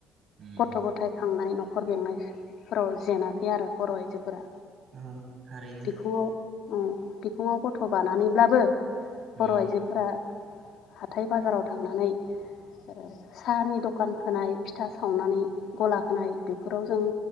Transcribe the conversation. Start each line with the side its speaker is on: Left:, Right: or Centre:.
Right: उम
Left: गथ' गथायाइ खांनाय न हखर बेंनायफोराव जेनाखै आरो बर आइजोफोरा
Right: औ थारैनो
Left: बिखुंङाव औ बिखुंङाव गथ' बानानैब्लाबो बर'
Right: उम
Left: आइजोफोरा हाथाय बाजाराव थांनानै ओ साहानि दखान होनाय फिथा सावनानै गला होनाय बेफोराव जों